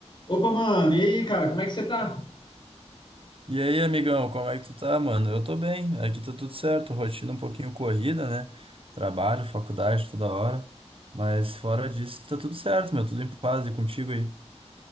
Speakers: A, on the left (about 45°); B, on the right (about 50°).
A: Opa, mano, e aí, cara, como é que você tá?
B: E aí, amigão, como é que tu tá, mano? Eu tô bem, aqui tá tudo certo, rotina um pouquinho corrida, né? Trabalho, faculdade toda hora, mas fora disso tá tudo certo, meu, tudo em paz e contigo aí.